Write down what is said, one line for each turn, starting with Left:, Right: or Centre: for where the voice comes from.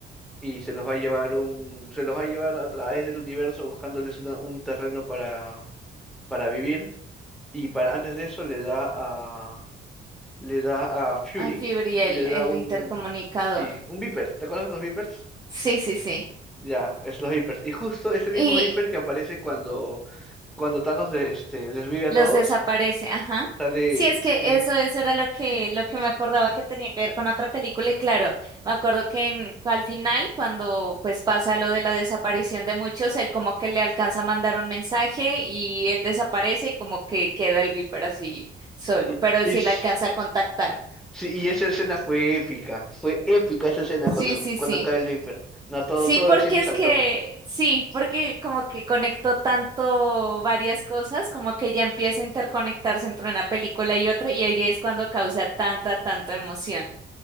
Centre: y se los va a llevar un, se los va a llevar a través del universo buscándoles una- un terreno para, para vivir. Y para, antes de eso le da a, le da a Fury,
Right: a Fibriel,
Centre: le da
Right: el
Centre: un,
Right: intercomunicador.
Centre: sí, un Viper. ¿Te acuerdas los Vipers?
Right: Sí, sí, sí.
Centre: Ya, es los Vipers. Y justo ese mismo
Right: Y
Centre: Viper que aparece cuando, cuando Thanos de- este, desvive a
Right: los
Centre: todos,
Right: desaparece, ajá.
Centre: sale
Right: Sí, es que
Centre: Nick.
Right: eso, eso era lo que, lo que me acordaba que tenía que ver con otra película, y claro, me acuerdo que en- al final, cuando pues pasa lo de la desaparición de muchos, él como que le alcanza a mandar un mensaje y él desaparece y como que queda el Viper así solo,
Centre: Y,
Right: pero
Centre: y
Right: sí
Centre: s-
Right: le alcanza a contactar.
Centre: sí, y esa escena fue épica, fue épica esa escena cuando,
Right: Sí, sí,
Centre: cuando
Right: sí.
Centre: cae el Viper. No, todo,
Right: Sí,
Centre: todo
Right: porque
Centre: el cine
Right: es
Centre: saltó.
Right: que, sí, porque como que conectó tanto varias cosas, como que ya empieza a interconectarse entre una película y otra, y ahí es cuando causa tanta, tanta emoción.